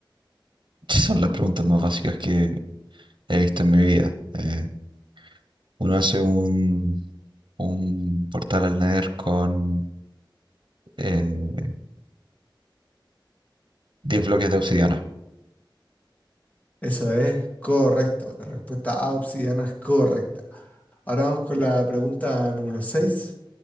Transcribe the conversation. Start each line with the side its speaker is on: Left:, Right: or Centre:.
Right: <laughs> si son las preguntas más básicas que he visto en mi vida. Eh, uno hace un, un portal al Nether con eh, 10 bloques de obsidiana.
Left: Eso es correcto. La respuesta A obsidiana es correcta. Ahora vamos con la pregunta número 6.